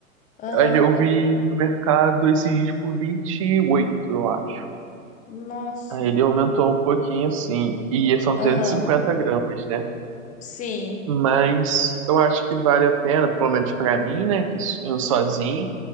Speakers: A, on the left (about 20°); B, on the right (about 25°).
A: Aham.
B: aí eu vi no mercado esses dias por 28 eu acho.
A: Nossa.
B: Aí ele aumentou um pouquinho, assim, e são
A: Aham.
B: duzentos e cinquenta gramas, né?
A: Sim,
B: Mas eu acho que vale a pena, pelo menos pra mim, né, que eu sozinho.